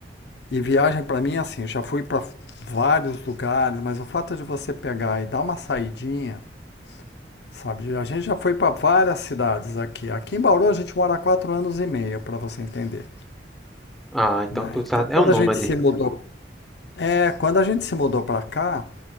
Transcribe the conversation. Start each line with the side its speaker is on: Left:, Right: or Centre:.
Left: E viagem para mim, é assim, já fui para vários lugares, mas o fato de você pegar e dar uma saidinha, sabe? A gente já foi para várias cidades aqui. Aqui em Bauru a gente mora há quatro anos e meio, para você entender,
Centre: Ah, então
Left: né?
Centre: tu tá...
Left: Então,
Centre: é
Left: quando
Centre: um nômade.
Left: a gente se mudou, é, quando a gente se mudou para cá,